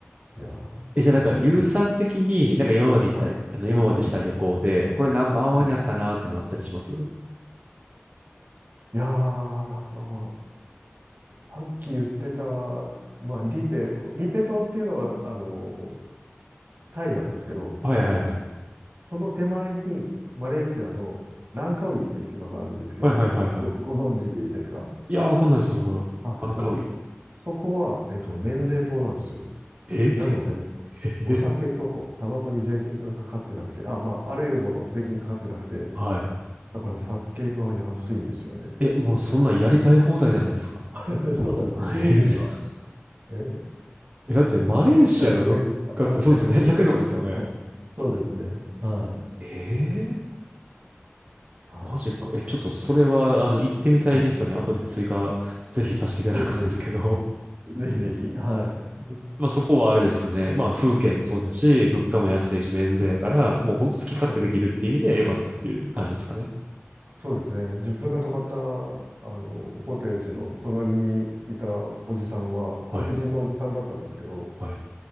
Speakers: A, on the right; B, on the right.
A: いやー、
B: え、じゃあなんか、
A: も
B: 硫酸的に、なんか今まで行った、
A: う。はい。
B: あの今までした旅行で、これナンバーワンやったなっていうのあったりします
A: はい。いやー、ナンパは、さっき言ってた、まあ、リペ、リペ島っていうのは、あの、タイなんですけど、
B: はいはいはい。
A: その手前にマレーシアのランカウイっていう島があるんですけど、
B: はいはいはいはい。
A: ご、ご存知ですか
B: いや、わかんないですよ、そこ。
A: あ、
B: バンカウイ。
A: そうですか。そこは、えっと、免税島なんですよ。
B: え
A: なので、
B: <laughs>
A: お酒とタバコに税金がかかってなくて、あ、まあ、あらゆるもの税金かかってなくて、
B: はい。
A: だから酒が安いんですよね。
B: え、もうそんなんやりたい放題じゃないですか。
A: <laughs> そうなんですビールが、
B: <laughs>
A: えー
B: え、だってマレーシアの物価ってそうですよね。
A: 100円とか。はい。<laughs>
B: 100円とかですよね。
A: はい。そうですね。はい。
B: ええ
A: はい。
B: マジか。え、ちょっとそれは、あの、行ってみたいリストに後で追加、
A: はい。
B: ぜひさせていただくんですけど。
A: ぜひぜひ。ぜひぜひ。はい。
B: <laughs> まあそこはあれですかね。まあ風景もそうだし、
A: はい。
B: 物価も安いし、免税やから、もうほんと好き勝手できるっていう意味で良かったっていう感じですかね。
A: はい。はいそうですね。自分が泊まった、あの、コテージの隣にいたおじさんは、白人のおじさんだったんですけど、
B: はい。はい。